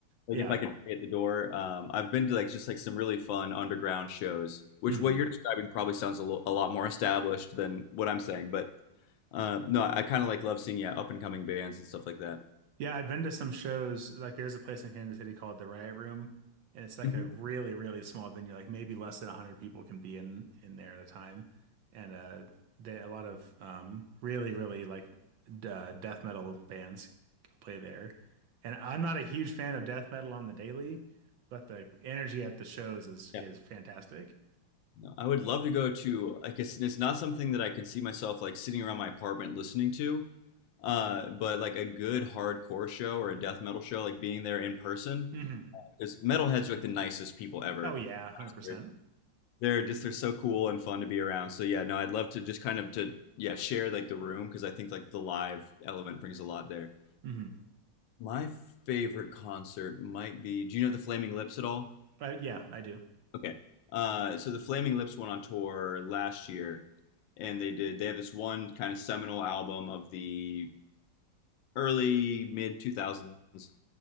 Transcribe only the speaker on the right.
Yeah.
Mhm.
Yeah, I've been to some shows. Like, there's a place in Kansas City called the Riot Room, and it's like
a really, really small venue. Like, maybe less than 100 people can be in in there at a time. And uh, they a lot of um, really, really like d uh, death metal bands play there. And I'm not a huge fan of death metal on the daily, but the energy at the shows is is
fantastic.
hmm
Oh yeah, 100%.
hmm
But yeah, I do